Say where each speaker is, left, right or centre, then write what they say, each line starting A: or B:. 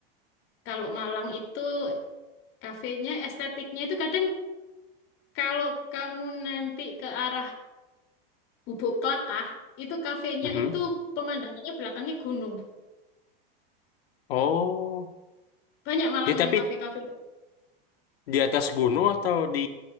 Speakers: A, on the left (about 45°); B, on the left (about 75°).
A: kalau Malang itu kafenya estetiknya itu kadang kalau kamu nanti ke arah Bubuk Klakah itu kafenya
B: Hmm,
A: itu pemandangannya belakangnya gunung.
B: oh,
A: Banyak Malang
B: dia tapi
A: yang kafe-kafe.
B: di atas gunung atau di